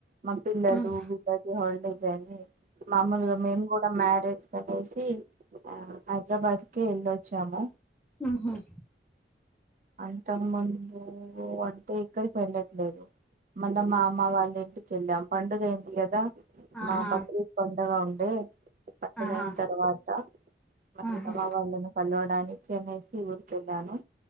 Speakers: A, on the right; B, in the centre.
A: మా పిల్లలు
B: మ్మ్
A: వీళ్లకి హాలిడేస్ అది మామలుగా మేము కూడా మ్యారేజ్ కనేసి ఆ హైదరాబాద్ కి వెళ్ళొచ్చాము
B: హూ హమ్
A: అంతకు ముందు అంటే ఎక్కడికి వెళ్ళట్లేదు మళ్ళ మా అమ్మ వాళ్ళ ఇంటికిెళ్ళాం పండుగ అయింది కదా
B: ఆహా
A: మా బక్రీద్ పండుగ ే పండుగ
B: ఆహా
A: అన తర్వాత మళ్ళలమా
B: ఆహా
A: వాళ్ళను కలు <unintelligible> దానికి అనేసి వూరి కెల్లాను